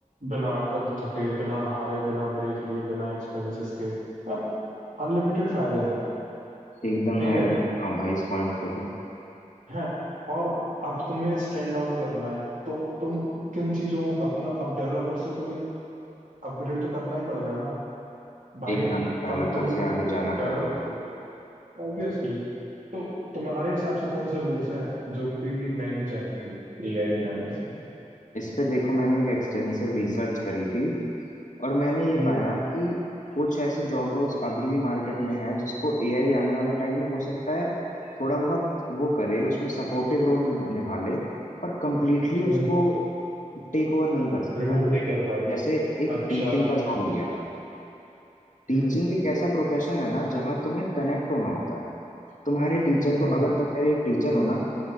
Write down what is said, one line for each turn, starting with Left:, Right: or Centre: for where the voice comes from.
Right: बिना कब थके बिना हारे बिना ब्रेक लिए बिना एक्सपेंसेस के अब अनलिमिटेड फायदे हैं
Left: एकदम
Right: ठीक
Left: मैं
Right: है
Left: एग्री कर रहा हूँ भाई इस पॉइंट पे तो
Right: हैं और अब तुम्हें स्टैंड आउट करना है तो तुम किन चीजों अपना अब डेवलपर से तुम्हें अपग्रेड तो करना ही पड़ेगा ना भाई
Left: एकदम डेवलपर
Right: अब तुम
Left: से
Right: डेवलपर
Left: आगे जाना पड़ेगा
Right: हो ऑब्वियसली तो तुम्हारे हिसाब से कौन से रूल्स हैं जो कि नहीं जाएंगे एआई के आने से
Left: इस पे देखो मैंने एक एक्सटेंसिव रिसर्च करी थी और मैंने ये
Right: हम्म
Left: पाया कि कुछ ऐसे जॉब रोल्स अभी भी मार्केट में हैं जिसको एआई आने वाले टाइम में हो सकता है थोड़ा बहुत वो करे उसमें सपोर्टिव रोल निभा ले पर कंप्लीटली उसको
Right: हम्म
Left: टेक ओवर नहीं कर सकता
Right: रिमूव नहीं कर पाए
Left: जैसे एक
Right: अच्छा
Left: टीचिंग
Right: कौन
Left: का जॉब हो गया टीचिंग
Right: हम्म
Left: एक ऐसा प्रोफेशन है ना जहाँ तुम्हें कनेक्ट होना होता है तुम्हारे टीचर
Right: हम्म
Left: को अगर तुम मेरे एक टीचर हो ना